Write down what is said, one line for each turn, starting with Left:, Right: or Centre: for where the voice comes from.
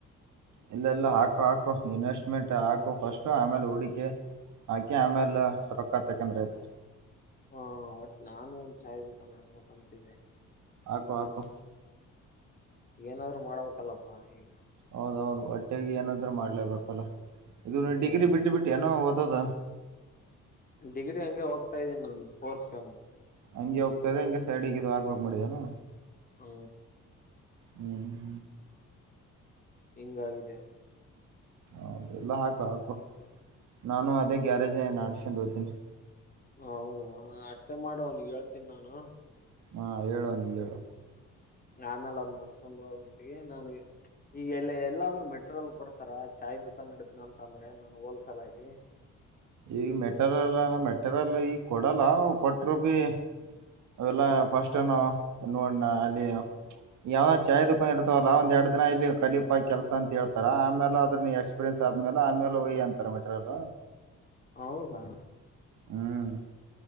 Right: ಇಲ್ಲೆಲ್ಲಾ ಹಾಕು ಹಾಕು ಇನ್ವೆಸ್ಟ್ಮೆಂಟ್ ಹಾಕು ಫಸ್ಟ್ ಆಮೇಲೆ ಹೂಡಿಕೆ ಹಾಗೆ ಆಮೇಲೆ ರೊಕ್ಕ ತಾಕಂದ್ರ ಐತೆ
Left: ಹ ಒಟ್ ನಾನು ಒಂದ್ ಚಾಯ್ ದುಃಖ ಹಾಕ್ಬೇಕಂತಿದ್ದಿದೆ
Right: ಆಕೋ ಆಕೋ
Left: ಏನಾದ್ರು ಮಾಡ್ಬೇಕಲ್ಲಪ್ಪಾ ಈಗ
Right: ಹೌದೌದು ಒಟ್ಟೆಗೆ ಏನಾದ್ರೂ ಮಾಡ್ಲೇಬೇಕಲ್ಲ ಇದು ನೀ
Left: ಹ್ಮ್
Right: ಡಿಗ್ರಿ ಬಿಟ್ಟು ಬಿಟ್ಟು ಏನೋ ಓದದ
Left: ಡಿಗ್ರಿ ಹಂಗೆ ಹೋಗ್ತಾ ಇದ್ದೀನಿ ನಾನು ಫೋರ್ ಸೆಮ್
Right: ಹಂಗೆ ಹೋಗ್ತದೆ ಹಂಗೆ ಸೈಡಿಗೆ ಇ ಹಾಕ್ಬೇಕಕ್ ಮಾಡಿದಲ್ಲ
Left: ಹ
Right: ಹ್ಮ್
Left: ಹೆಂಗಿದ ಅಗ
Right: ಹೌದು ಎಲ್ಲ ಹಾಕು ಹಾಕು ನಾನು ಅದೇ ಗ್ಯಾರೇಜ್ ಅಡ್ಸಕೊಂಡು ಹೋಗ್ತೀನಿ
Left: ಹೌದು ಅಷ್ಟೇ ಮಾಡ ಅವನಗ್ ಹೇಳ್ತೀನಿ ನಾನು
Right: ಹಾ ಹೇಳ ನೀ ಹೇಳ
Left: ಆಮೇಲೆ ಅದ್ ನಡ್ಸಂಟಿಗೆ ನನ್ ಈಗ ಎಲ್ಲ ಎಲ್ಲಾದ್ ಮೆಟೀರಿಯಲ್ ಕೊಡ್ತಾರ ಚಾಯ್ ದುಖಾನ್ ಇಡ್ತೀನ ಅಂತ ಅಂದ್ರೆ ನಾನು ಹೋಲ್ಸೇಲ್ ಆಗಿ
Right: ಈಗ ಮೆಟೇರಿಯಲೆಲ್ಲ ಮೆಟೇರಿಯಲ್ ಈಗ ಕೊಡಲ್ಲ ಕೊಟ್ಟರು ಬಿ ಅದೆಲ್ಲ ಫಸ್ಟ್
Left: ಹ್ಮ್
Right: ಎನ್ನವ ನೋಡಣ ಅಲ್ಲಿ ಯಾವ್ದ್ ಚಾಯ್ ದುಕಾನ್ ಇರ್ತವಲ್ಲ ಒಂದ್ ಎರಡ್ ದಿನ ಇಲ್ಲಿ ಕಲಿ ಕೆಲಸ ಅಂತ ಹೇಳ್ತಾರ ಆಮೇಲೆ ಅದ್ರ ನೀ ಎಕ್ಸ್ಪೀರಿಯನ್ಸ್ ಆದ್ಮೇಲೆ ಆಮೇಲೆ ಓಯಿ ಅಂತಾರ ಮೆಟಿರಿಯಲ್.
Left: ಹೌದಾ
Right: ಹ್ಮ್